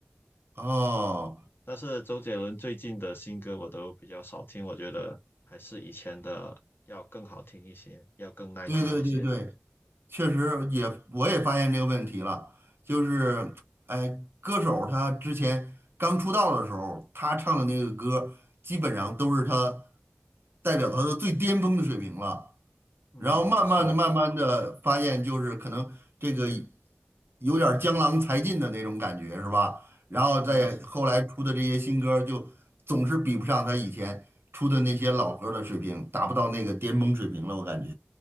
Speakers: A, on the right; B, on the left.
A: 哦，
B: 但是周杰伦最近的新歌我都比较少听，我觉得还是以前的要更好听一些，要更耐听一些。
A: 对对对对，确实也，我也发现这个问题了，就是，哎，歌手他之前刚出道的时候，他唱的那个歌，基本上都是他代表他的最巅峰的水平了。
B: 嗯，
A: 然后慢慢的、
B: 没错，
A: 慢慢的发现，就是可能这个有点儿江郎才尽的那种感觉，是吧？然后再后来出的这些新歌，
B: 嗯，
A: 就总是比不上他以前出的那些老歌儿的水平，达不到那个巅峰水平了，我感觉。